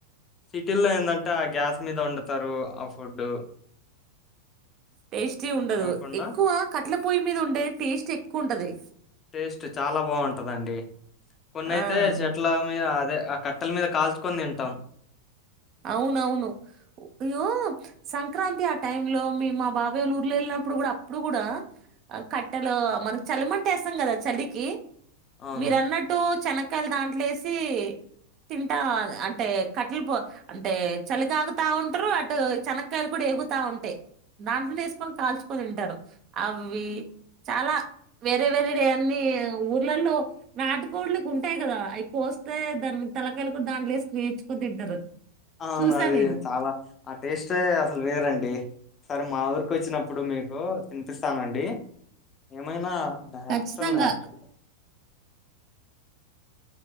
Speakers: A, on the left; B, on the right.
A: సిటీల్లో ఏంటంటే ఆ గ్యాస్ మీద వండుతరు ఆ ఫుడ్డు
B: టేస్టీ
A: అట్లా
B: ఉండదు
A: కాకుండా
B: ఎక్కువ కట్ల పొయ్యి మీద ఉండేది టేస్ట్ ఎక్కు కుండది
A: టేస్ట్ చాల బాగుంటదండి కొన్ని అయితే
B: ఆ
A: చెట్ల మీద దే ఆ కట్టల మీద కాల్చుకొని తింటాం
B: అవునవును నువ్ సంక్రాంతి అట్ట టైమ్ లో మీ మా బాబయ్య ఊర్లో వెళ్ళినప్పుడు కూడా అప్పుడు కూడా కట్టెలో మనకి చలిమంట వేస్తాం కదా చలికి ఓకే
A: అవును.
B: మీరు అన్నట్టు చెనక్కాయలు దాంట్లో వేసి తింటా అంటే కట్టల్ పో అంటే చలికా ఆగుతా ఉంటారు అటు చెనకాయలు కూడా ఎగుతా ఉంటాయి దాంట్నే వేసుకొని కాల్చుకొని తింటారు అవి చాలా వేరే వేరే అన్నిీ ఊర్లలో నాటుకోళ్కి ఉంటాయి కదా అవి కోస్తే దాన్ని తలకాయలు కూడా దాంట్లో వేసుకుని వేయంచుకొని తింటారు
A: అవున
B: చూసా
A: అది
B: నేను.
A: చాల ఆ టేస్ట్ అసలు వేరండి ఒకసారి మా ఊరికి వచ్చినప్పుడు మీకు తినిపిస్తానండి డి ఏమైనా నాచురల్
B: ఖచ్చితంగా.
A: నాచురల్